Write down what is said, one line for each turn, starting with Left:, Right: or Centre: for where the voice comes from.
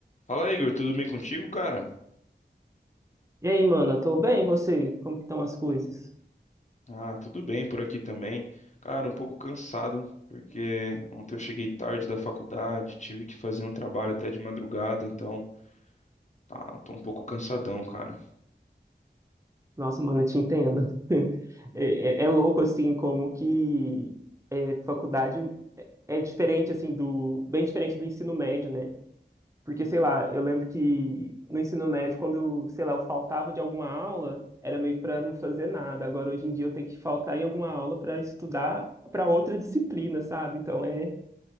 Left: Fala, Igor, tudo bem contigo, cara?
Right: E aí, mano, eu tô bem, e você? Como que estão as coisas?
Left: Ah, tudo bem por aqui também. Cara, um pouco cansado, porque ontem eu cheguei tarde da faculdade, tive que fazer um trabalho até de madrugada, então tá, tô um pouco cansadão, cara.
Right: Nossa, mano, eu te entendo. <laughs> É, é- é louco, assim, como que é, faculdade é diferente, assim, do... Bem diferente do ensino médio, né? Porque, sei lá, eu lembro que no ensino médio, quando, sei lá, eu faltava de alguma aula, era meio que pra não fazer nada. Agora, hoje em dia, eu tenho que faltar em alguma aula pra estudar pra outra disciplina, sabe? Então, é,